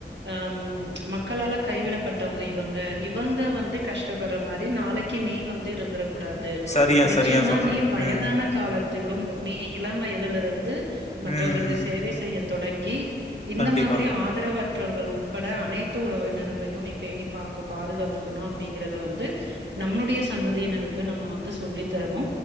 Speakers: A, on the right (about 75°); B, on the left (about 40°).
A: அம் மக்களால கைவிடப்பட்டவங்க இவங்க இவங்க வந்து கஷ்டப்படுற மாரி நாளைக் கி நீ வந்து
B: ம்.
A: இருந்துர கூடாது
B: சரியா
A: நிச்சயமா
B: சரியா சொன்ன
A: நீ வயதான
B: ம்
A: காலத் திலு நீ இல வயதுலருந்து மற்றவருக்கு
B: ம்
A: சேவை செய்ய தொடங்கி இந்த
B: கண்டிப்பா
A: மாதிரி ஆதரவ மற்றர்கள் உட்பட அனைத்து உறவினர்களையு நி பேணி பாக்கு பாதுகாத்துக்கணு அப்படிங்கறத வந்து நம்ளுடைய சந்ததியினருக்கு நம்ம வந்து து சொல்லித்தரணு